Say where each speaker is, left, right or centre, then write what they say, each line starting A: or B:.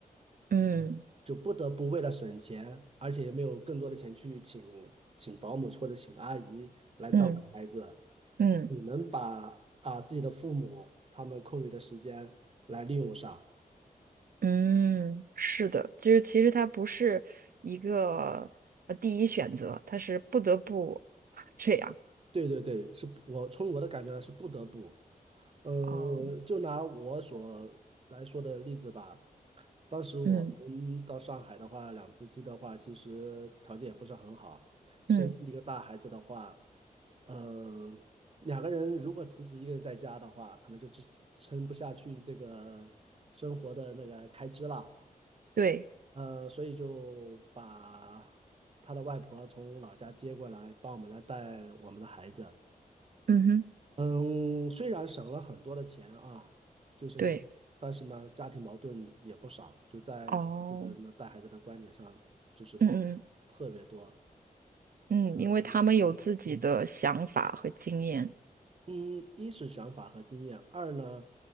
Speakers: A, on the right; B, on the right.
A: 嗯
B: 就不得不为了省钱，而且也没有更多的钱去请请保姆或者请阿姨来照顾孩子，
A: 嗯嗯
B: 你能把啊自己的父母他们空余的时间来利用上。
A: 嗯，是的，就是其实他不是一个呃第一选择，他是不得不 <laughs> 这样。
B: 对对对，是我从我的感觉呢是不得不。嗯，
A: 哦，
B: 就拿我所来说的例子吧，当时我们到上海的话，
A: 嗯
B: 两夫妻的话，其实条件也不是很好，生一个大孩子的话，
A: 嗯，
B: 嗯，两个人如果辞职一个人在家的话，可能就支撑不下去这个生活的那个开支了，
A: 对，
B: 呃，所以就把他的外婆从老家接过来，帮我们来带我们的孩子。
A: 嗯哼，
B: 嗯，虽然省了很多的钱啊，就是你像，
A: 对，
B: 但是呢，家庭矛盾也不少，就在孩子的那带孩子的观点上，
A: 哦，
B: 就是矛盾特别多。
A: 嗯嗯嗯，
B: 嗯
A: 因为他们有自己的想法和经验。
B: 嗯，一是想法和经验，二呢，